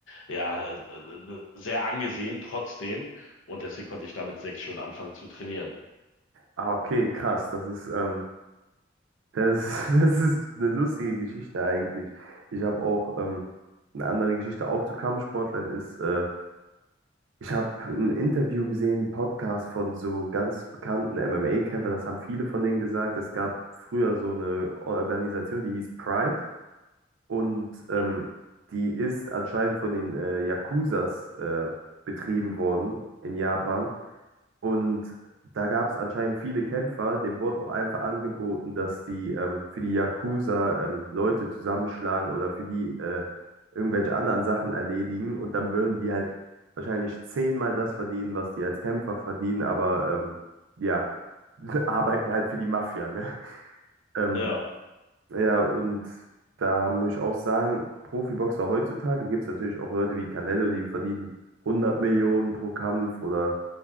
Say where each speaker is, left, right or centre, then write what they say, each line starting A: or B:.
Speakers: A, on the left; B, on the right.
A: ja, äh, äh, sehr angesehen trotzdem. Und deswegen konnte ich damit sechs schon anfangen zu trainieren.
B: Ah, okay, krass. Das ist, ähm, Das, <laughs> das ist eine lustige Geschichte eigentlich. Ich habe auch ähm, eine andere Geschichte auch zu Kampfsportlern ist, äh, ich habe ein Interview gesehen, einen Podcast von so ganz bekannten MMA-Kämpfern, das haben viele von denen gesagt. Es gab früher so eine Organisation, die hieß Pride. Und ähm,
A: Hm.
B: die ist anscheinend von den äh, Yakuzas äh, betrieben worden in Japan. Und da gab es anscheinend viele Kämpfer. Dem wurde auch einfach angeboten, dass die ähm, für die Yakuza ähm, Leute zusammenschlagen oder für die äh, irgendwelche anderen Sachen erledigen. Und dann würden die halt wahrscheinlich zehnmal das verdienen, was die als Kämpfer verdienen. Aber ähm, ja, <laughs> arbeiten halt für die Mafia, ne? Ähm,
A: Ja.
B: ja, und da muss ich auch sagen, Profiboxer heutzutage gibt es natürlich auch Leute wie Canelo, die verdienen hundert Millionen pro Kampf oder